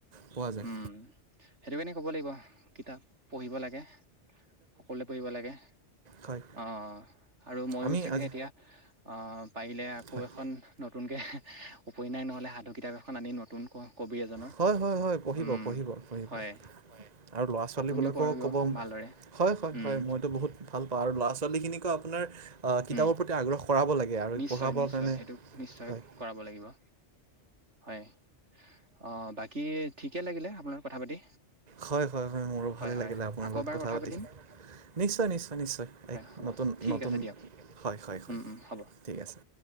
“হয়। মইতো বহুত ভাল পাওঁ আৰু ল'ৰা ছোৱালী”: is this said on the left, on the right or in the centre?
Right